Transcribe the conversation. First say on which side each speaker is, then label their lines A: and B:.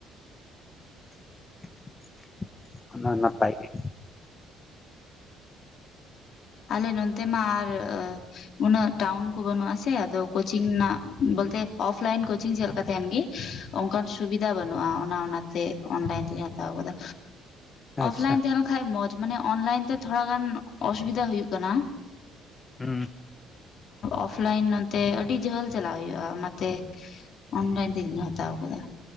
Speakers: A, on the left; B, on the left.
A: <inaudible> ᱚᱱᱟ ᱱᱟᱯᱟᱭ ᱜᱮ
B: ᱟᱞᱮ ᱱᱚᱱᱛᱮ ᱢᱟ ᱟᱨ ᱩᱱᱟᱹᱜ ᱴᱟᱣᱩᱱ ᱠᱚ ᱵᱟᱹᱱᱩᱜ ᱟᱥᱮ ᱟᱫᱚ ᱠᱳᱪᱤᱝ ᱨᱮᱱᱟᱜ ᱵᱚᱞᱛᱮ ᱚᱯᱷ ᱞᱟᱭᱤᱱ ᱠᱳᱪᱤᱝ ᱪᱮᱫᱠᱟ ᱛᱟᱦᱮᱱ ᱜᱮ ᱚᱱᱠᱟᱱ ᱥᱩᱵᱤᱫᱷᱟ ᱵᱟᱹᱱᱩᱜᱼᱟ ᱚᱱᱟ ᱚᱱᱟᱛᱮ ᱚᱱᱞᱟᱭᱤᱱ ᱛᱮᱞᱮᱧ ᱦᱟᱛᱟᱣ ᱠᱟᱫᱟ ᱚᱯᱷᱞᱟᱭᱤᱱ
A: ᱟᱪᱪᱷᱟ
B: ᱛᱟᱦᱮᱸ ᱞᱮᱱ ᱠᱷᱟᱱᱡ ᱢᱚᱸᱡ ᱢᱟᱱᱮ ᱚᱱᱞᱟᱭᱤᱱ ᱛᱮ ᱛᱷᱚᱲᱟᱟᱜᱟᱱ ᱚᱥᱩᱵᱤᱫᱷᱟ ᱦᱩᱭᱩᱜ ᱠᱟᱱᱟ
A: ᱦᱮᱸ <inaudible>
B: ᱚᱯᱷᱞᱟᱭᱱ ᱛᱮ ᱟᱹᱰᱤ ᱡᱷᱟᱹᱞ ᱪᱟᱞᱟᱜ ᱦᱩᱭᱩᱜᱳᱜᱼᱟ ᱚᱱᱟᱛᱮ ᱚᱱᱞᱟᱭᱤᱱ ᱛᱮᱜ ᱦᱟᱛᱟᱣ ᱟᱠᱟᱫᱟ